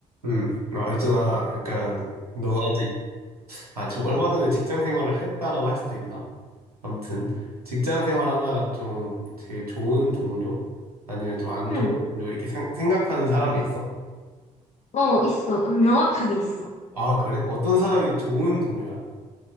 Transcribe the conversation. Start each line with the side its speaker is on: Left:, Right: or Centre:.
Right: 음, 아, 있잖아. 약간, 너가 아직, 아, 지금 얼마 전에 직장 생활을 했다라고 할 수도 있나? 아무튼, 직장 생활 하다가 좀 제일 좋은 동료? 아니면 좀 안
Left: 응,
Right: 좋은 동료? 이렇게 생, 생각하는 사람이 있어?
Left: 어, 있어. 명확하게 있어.
Right: 아, 그래? 어떤 사람이 좋은 동료야?